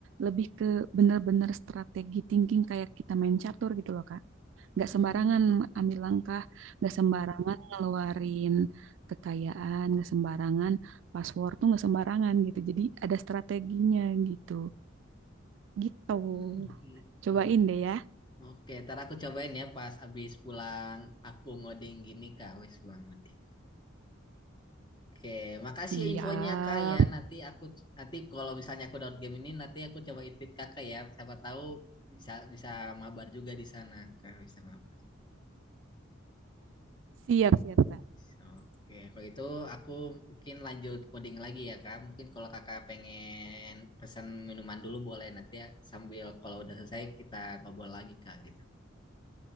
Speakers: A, on the right (about 70°); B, on the left (about 25°).
A: lebih ke bener-bener strategi thinking kayak kita main catur gitu loh Kak. Nggak sembarangan
B: Hmm,
A: ambil langkah. Nggak sembarangan ngeluarin kekayaan. Nggak sembarangan password tuh nggak sembarangan gitu. Jadi ada strateginya gitu. Gitu.
B: hmm, gitu.
A: Cobain deh ya.
B: Oke, ntar aku cobain ya pas abis pulang aku ngoding gini kak, wes pulang ngoding. Oke, makasih
A: Siap.
B: ya infonya kak ya. Nanti aku nanti kalau misalnya aku download game ini, nanti aku coba invite kakak ya. Siapa tahu bisa bisa mabar juga di sana kak, bisa mabar.
A: Siap, siap, Kak.
B: Oke, kalau itu aku mungkin lanjut coding lagi ya kak. Mungkin kalau kakak pengen pesan minuman dulu boleh nanti ya, sambil kalau udah selesai kita ngobrol lagi kak gitu.